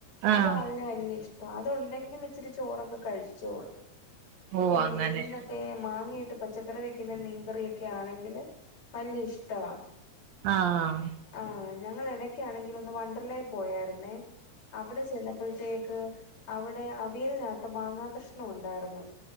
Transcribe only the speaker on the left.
അത് ആളിന് വല്യ ഇഷ് അഹ് അത്ണ്ടെങ്കിൽ ഇച്ചിരി ചോറൊക്കെ കഴിച്ചോളും.
ഈ
മീനൊക്കെ മാങ്ങ ഇട് ട്ട് പച്ചക്കറി വെക്കുന്ന മീൻകറിയൊക്കെ ആണെങ്കില് വല്യ ഇഷ്ടവാ.
ആഹ് ഞങ്ങൾ എടയ്ക്ക് ആണെങ്കിൽ ഒന്ന് വണ്ടറലേ പോയായിര്ന്നേ അവിടെ ചെന്നഴ്പ്പഴത്തേക്. ക്ക് അവിടെ അവിയലിനകത്ത് മാങ്ങാ കഷ്ണം ഉണ്ടായിരുന്നു.